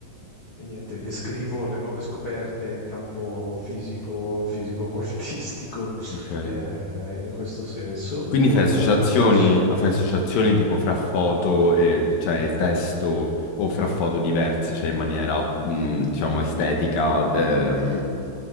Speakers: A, on the left; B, on the left.
A: E niente, descrivo le nuove scoperte in campo fisico, fisico-quantistico, <laughs>
B: Ok.
A: eh, in questo senso,
B: Quindi
A: con
B: fai associazioni,
A: attraverso,
B: fai associazioni tipo fra foto e, cioè, e testo o fra foto diverse, cioè in maniera, mh, diciamo, estetica, ehm,